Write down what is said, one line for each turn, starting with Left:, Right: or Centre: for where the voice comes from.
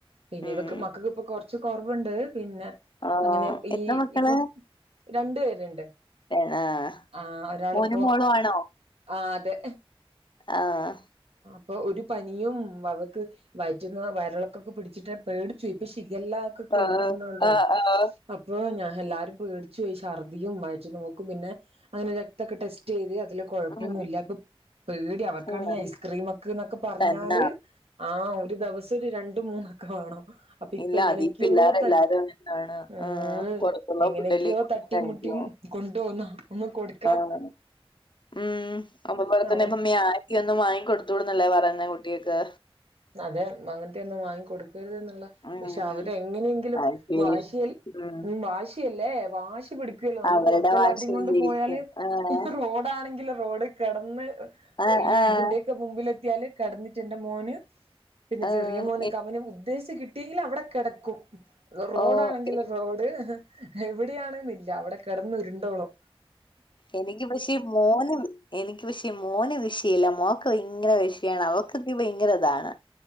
Right: പിന്നെ
Left: ഉം
Right: ഇവക്ക് മക്കക്ക് പ്പൊ കൊർച്ച് കൊർവ്ണ്ട് പിന്നെ
Left: ആ
Right: അങ്ങനെ ഈ
Left: എത്ര മക്കള്
Right: ഇപ്പം രണ്ട് പേരുണ്ട്.
Left: ആഹ്
Right: ആ ഒരാളിപ്പോ
Left: മോനും മോള്വാണോ?
Right: ആ അതെ
Left: ആഹ്
Right: അപ്പൊ ഒരു പനിയും വവക്ക് വയറ്റിന്ന് വയറിളൊക്കൊക്കെ പിടിച്ചിട്ട് പേടിച്ചോയി ഇപ്പൊ ശിഗല്ല ഒക്കെ കേക്കിട്ടിര്ന്നൂടെ.
Left: ആഹ് ആഹ് ആഹ്
Right: അപ്പൊ ഞാൻ എല്ലാരും പേടിച്ചോയി ശർദ്ദിയും വയറ്റീന്നോക്കും പിന്നെ അങ്ങനെ രക്തക്കെ ടെസ്റ്റീത് അതില് കുഴപ്പൊന്നുല്ല
Left: ഉം
Right: ഇപ്പൊ പേടി അവർക്കാണെങ്കി
Left: ഉം
Right: ഐസ് മക്ക് ന്നൊക്കെ പറഞ്ഞാല്
Left: തന്നാ
Right: ആഹ് ഒരു ദിവസം ഒരു രണ്ട് മൂന്നൊക്കെ വേണം. അപ്പൊ ഇപ്പെങ്ങനെയൊക്കെയോ
Left: ഇല്ല അതീ പിള്ളേരെല്ലാരും
Right: ത
Left: അങ്ങനെയാണ്
Right: ആ
Left: ആഹ് പുറത്തുള്ള
Right: എങ്ങനെയക്കെയോ
Left: ഫുഡല്ലേ കൂടുതൽ
Right: തട്ടീം
Left: കഴിക്കും
Right: മുട്ടീം കൊണ്ടോന്ന ഒന്ന് കൊട്-
Left: ആഹ് ം <unintelligible>
Right: അവർ
Left: യൊന്നും വാങ്ങിക്കൊടുത്തൂടന്നല്ലേ പറയുന്നെ കുട്ടികക്ക്?
Right: അതെ അങ്ങൻത്തെന്നും വാങ്ങി കൊടുക്കരുതെന്നുള്ള
Left: ഉം
Right: പക്ഷെ അവരെ എങ്ങനെയെങ്കിലും
Left: അതെ
Right: വാശിയിൽ
Left: ഉം
Right: ം വാശിയല്ലേ വാശി പടിക്കൂല്ലോ നമ്മള്
Left: അവരുടെ
Right: പൊറത്തെ എല്ലാവരീം
Left: വാശി
Right: കൊണ്ട്
Left: വിജയിക്കും
Right: പോയാല്.
Left: ആഹ്
Right: ഹ് റോഡാണെങ്കില് റോഡ് കെടന്ന്
Left: ആഹ്
Right: ഈ
Left: ആഹ്
Right: ഇതിന്റെ തിന്റെ മുമ്പിലെത്യാല് കെടന്നിട്ടെന്റെ മോന് - പിന്നെ
Left: ആഹ്
Right: ചെറിയ മോനൊക്കെ
Left: എ
Right: അവനും ഉദ്ദേശിച്ച് കിട്ടിയെങ്കില് അവെടെ കെടക്കും. അത് റോഡാണെങ്കില്റോഡ്
Left: ഓ എനി
Right: ഹ് എവിടെയാണെന്നില്ല അവിടെ കെടന്ന് ഉരുണ്ടോളും.
Left: എനിക്ക് പശെ മോനും എനിക്ക് പശെ മോന് വിഷയില്ല മോക്ക് ഭയങ്കര വിഷയാണ് അവക്ക് തിരി ഭയങ്കര താണ്.